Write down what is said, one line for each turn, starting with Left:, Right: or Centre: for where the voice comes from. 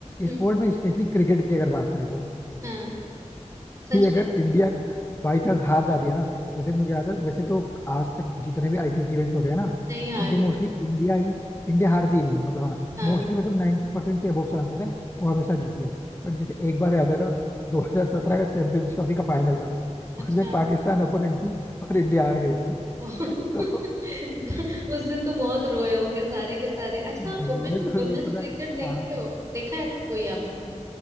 Right: हम्म
Left: स्पोर्ट में स्पेशली क्रिकेट की अगर बात करें तो
Right: हाँ सच
Left: कि अगर
Right: में
Left: इंडिया बाई चांस हार जाती है ना जैसे मुझे याद है वैसे तो आज तक जितने भी आईसीसी इवेंट्स होते हैं ना
Right: नहीं हारी
Left: उसमें मोस्टली इंडिया ही इंडिया हारती ही नहीं है मतलब हाँ
Right: हाँ
Left: मोस्टली मतलब 90% परसेंट से अबव चांसेस है वो हमेशा जीती है बट जैसे एक बार याद है ना 2017 का चैंपियंस ट्रॉफी का फाइनल था
Right: अच्छा
Left: उसमें पाकिस्तान ओपोनेंट थी और इंडिया हार गई थी
Right: <laughs>
Left: <laughs> तो
Right: उस दिन तो बहुत रोए होंगे सारे के सारे अच्छा
Left: रोने
Right: वुमेन
Left: तो
Right: वुमेन्स
Left: रोए, पता
Right: क्रिकेट
Left: है
Right: देखते
Left: हाँ
Right: हो देखा है कोई आपने